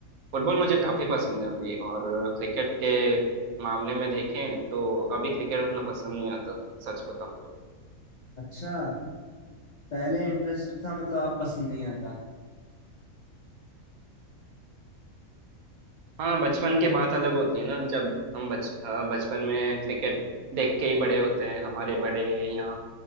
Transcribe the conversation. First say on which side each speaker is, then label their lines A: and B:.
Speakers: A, on the right; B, on the left.
A: फुटबॉल मुझे काफी पसंद है अभी और क्रिकेट के मामले में देखें तो अभी क्रिकेट उतना पसंद नहीं आता सच बताऊं तो
B: अच्छा पहले इंटरेस्ट था मतलब अब पसंद नहीं आता
A: हाँ बचपन की बात अलग होती है ना जब हम बच अ, बचपन में क्रिकेट देख के ही बड़े होते हैं हमारे बड़े या